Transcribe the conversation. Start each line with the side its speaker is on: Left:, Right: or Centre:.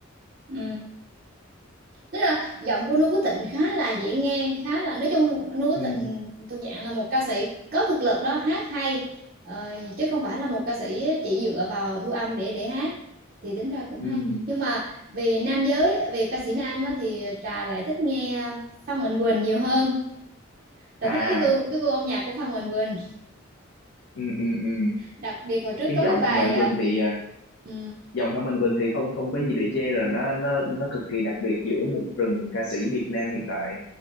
Right: ừ tức là giọng của Noo Phước Thịnh khá là dễ nghe khá là nói chung Noo Phước
Left: ừ.
Right: Thịnh thuộc dạng là một ca sĩ có thực lực đó hát hay ờ, chứ không phải là một ca sĩ chỉ dựa vào thu âm để để hát thì tính ra cũng
Left: ừ
Right: hay nhưng mà về nam giới về ca sĩ nam á, thì Trà lại thích nghe Phan Mạnh Quỳnh nhiều hơn Trà
Left: à
Right: thích cái gu cái gu âm nhạc của Phan Mạnh Quỳnh
Left: ừ ừ ừ
Right: đặc biệt hồi trước
Left: cái
Right: có
Left: giọng
Right: cái bài
Left: Phạm Mạnh
Right: à,
Left: Quỳnh thì à,
Right: ừ,
Left: giọng Phạm Mạnh Quỳnh thì không không có gì để chê rồi nó nó nó cực kỳ đặc biệt giữa một rừng ca sĩ Việt Nam hiện tại